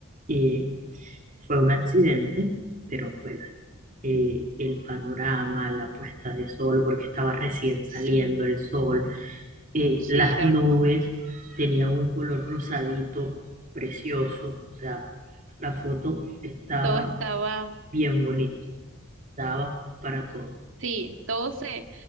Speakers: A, on the right; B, on the right.
A: eh, fue un accidente, pero pues eh, el panorama, la puesta de sol, porque estaba recién saliendo
B: Sí.
A: el sol eh,
B: Sí,
A: las
B: era
A: nubes
B: un-
A: tenían un color rosadito precioso, o sea, la foto estaba
B: todo estaba
A: bien bonita, daba para todo.
B: Sí, todo se,